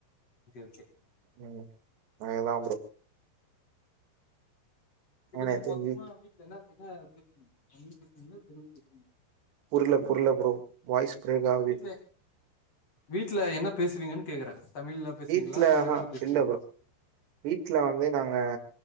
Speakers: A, on the left; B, on the right.
A: ஓகே ஓகே
B: ம் நாங்கதா அப்ற
A: இப்ப
B: எனக்கு
A: நீங்க
B: தெரிஞ்சு
A: மொத்தமா அ தின்ன என்னாத் பேசுவீங்க தமிழ் பேச்வீங்ளா தெலுங்கு பேச்வீங்ளா
B: புர்ள புர்ள ப்ரோ வாய்ஸ் ப்ரேக் ஆவ்து
A: வீட்ல வீட்ல என்ன பேசுவீங்கன் கேக்றே தமிழ்ல பேசுவீங்களா
B: வீட்ல
A: தெலுங்குல
B: ஆஹா
A: பேசுவீங்களா
B: இல்ல ப்ரோ வீட்ல வந்து நாங்க